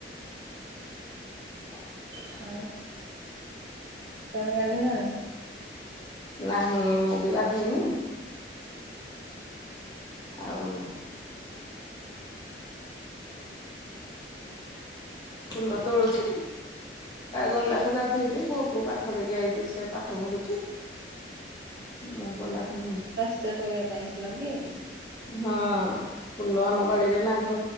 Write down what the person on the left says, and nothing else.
<inaudible>
ନାହିଁ ମୁଁ ବି ଗାଧେଇନି। ଆଉ ଫୁଲ ତୋଳୁଚି। ଗଲାଠୁ ଗାଧେଇବି ପୁଅକୁ ପାଠ ଦେଇକି ଆଇଚି ସେ ପାଠ ପଢୁଛି। ମୁଁ ଗଲାଠୁ
ହଁ ଫୁଲ ଆମ ବାଡିରେ ନାହିଁ।